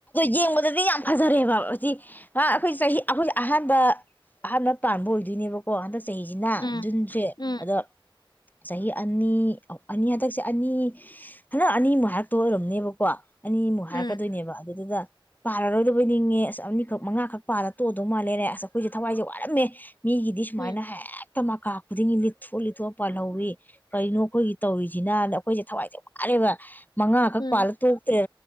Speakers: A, on the left; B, on the left.
A: ꯌꯦꯡꯕꯗꯗꯤ ꯌꯥꯝ ꯐꯖꯔꯦꯕ ꯑꯁꯤ ꯅ ꯑꯩꯈꯣꯏ ꯆꯍꯤ ꯑꯩꯈꯣꯏ ꯑꯍꯥꯟꯕ ꯑꯍꯥꯟꯕ ꯄꯥꯟꯕ ꯑꯣꯏꯗꯣꯏꯅꯦꯕꯀꯣ ꯍꯟꯗꯛ ꯆꯍꯤꯁꯤꯅ
B: ꯎꯝ
A: ꯖꯨꯟꯁꯦ
B: ꯎꯝ
A: ꯑꯗꯣ ꯆꯍꯤ ꯑꯅꯤ ꯑꯅꯤ ꯍꯟꯗꯛꯁꯦ ꯑꯅꯤ ꯍꯟꯗꯛ ꯑꯅꯤꯃꯨꯛ ꯍꯥꯏꯔꯛꯇꯣꯏ ꯑꯣꯏꯔꯝꯅꯦꯕꯀꯣ ꯑꯅꯤꯃꯨꯛ ꯍꯥꯏꯔꯛꯀꯗꯣꯏꯅꯦꯕ
B: ꯎꯝ
A: ꯑꯗꯨꯗꯨꯗ ꯄꯥꯜꯂꯔꯣꯏꯗꯕꯣꯏ ꯅꯤꯡꯉꯦ ꯑꯁ ꯑꯅꯤꯈꯛ ꯃꯉꯥꯈꯛ ꯄꯥꯜꯂ ꯇꯣꯛꯑꯗꯧ ꯃꯥꯜꯂꯦꯔꯦ ꯑꯁ ꯑꯩꯈꯣꯏꯁꯦ ꯊꯋꯥꯏꯁꯦ ꯋꯥꯔꯝꯃꯦ ꯃꯤꯒꯤꯗꯤ ꯁꯨꯃꯥꯏꯅ
B: ꯎꯝ
A: ꯍꯦꯛ ꯍꯦꯛꯇ ꯃꯀꯥ ꯈꯨꯗꯤꯡꯒꯤ ꯂꯤꯠꯊꯣꯛ ꯂꯤꯠꯊꯣꯛ ꯄꯥꯜꯍꯧꯋꯤ ꯀꯩꯅꯣ ꯑꯩꯈꯣꯏꯒꯤ ꯇꯧꯔꯤꯁꯤꯅꯅ ꯑꯩꯈꯣꯏꯁꯦ ꯊꯋꯥꯏꯁꯦ ꯋꯥꯔꯦꯕ ꯃꯉꯥ ꯈꯛ
B: ꯎꯝ
A: ꯄꯥꯜꯂ ꯇꯣꯛꯇꯔꯦ